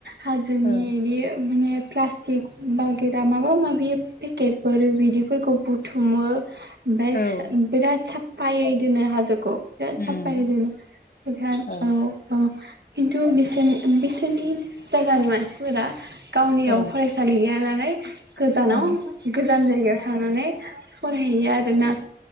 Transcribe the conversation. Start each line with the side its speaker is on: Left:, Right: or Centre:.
Right: हाजोनि
Left: ओ
Right: बे माने प्लास्टिक बा गिर दा माबा माबि पेकेटफोर बिदिफोरखौ बुथुमो। ओमफ्राय
Left: औ
Right: बिराद साफायै दिनै हाजोखौ। बेराद
Left: उम
Right: साफायै। थोनो ओमफ्राय औ
Left: ओ
Right: औ। खिन्थु बिसोरनि बिसोरनि जायगानि मानसिफोरा। गावनियाव
Left: ओ
Right: फरायसालि गैयानाल। गोजानाव।
Left: उम
Right: गोजान जायगायाव थांनानै फरायहैयो आरोना